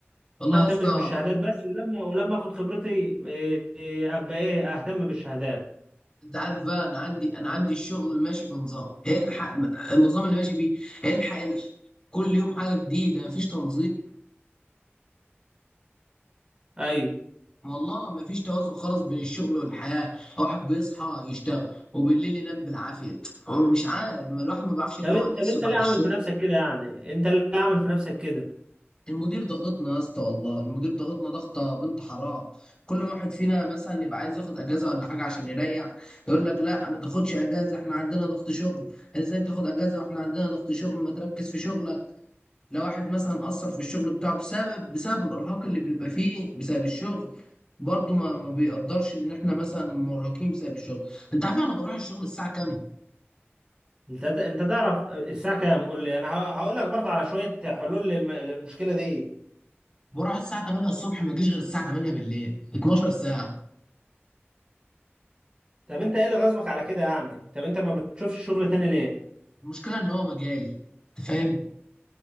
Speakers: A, on the left; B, on the right.
A: والله
B: وما اهتمش
A: يا اسطى
B: بالشهادات بس ولما ولما اخد خبرتي إيه، إيه، ابقى ايه اهتم بالشهادات
A: انت عارف بقى انا عندي انا عندي الشغل ماشي بنظام الحق النظام اللي ماشي بيه الحق الحق كل يوم حاجه جديده مفيش تنظيم
B: ايوه
A: والله مفيش توازن خالص بين الشغل والحياه واحد بيصحى يشتغل وبالليل ينام بالعافيه هو مش عارف الواحد ما بيعرفش يروق
B: طب انت طب
A: نفسه
B: انت
A: بعد
B: ليه عامل
A: الشغل
B: في نفسك كده يعني انت ليه عامل في نفسك كده
A: المدير ضغطنا يا اسطى والله المدير ضغطنا ضغطه بنت حرام كل ما واحد فينا مثلا يبقى عايز ياخد اجازه ولا حاجه عشان يريح يقول لك لا ما تاخدش اجازه احنا عندنا ضغط شغل ازاي تاخد اجازه واحنا عندنا ضغط شغل ما تركز في شغلك لو واحد مثلا قصر في الشغل بتاعه بسبب بسبب الارهاق اللي بنبقى فيه بسبب الشغل برضه ما ما بيقدرش ان احنا مثلا مرهقين بسبب الشغل انت عارف انا بروح الشغل الساعه كام
B: انت ت- انت تعرف الساعه كام قول لي انا ه- هقول لك برضه على شويه حلول للم... للمشكله دي
A: بروح الساعه 8 الصبح ما اجيش غير الساعه 8 بالليل 12 ساعه
B: طب انت ايه اللي غصبك على كده يعني طب انت ما بتشوفش شغل تاني ليه
A: المشكله ان هو مجالي انت فاهم